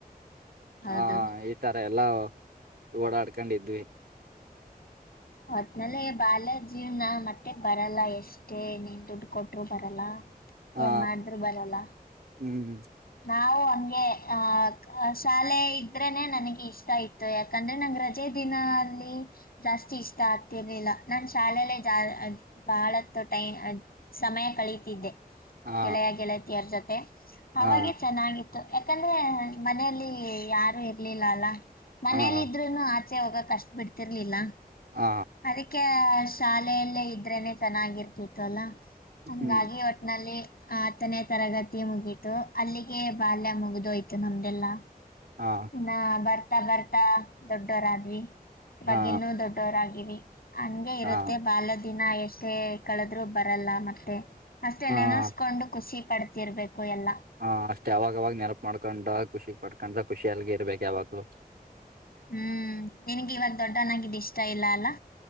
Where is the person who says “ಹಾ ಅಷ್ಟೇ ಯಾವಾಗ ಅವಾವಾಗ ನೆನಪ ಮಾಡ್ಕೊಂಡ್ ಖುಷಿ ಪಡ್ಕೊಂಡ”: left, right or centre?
Right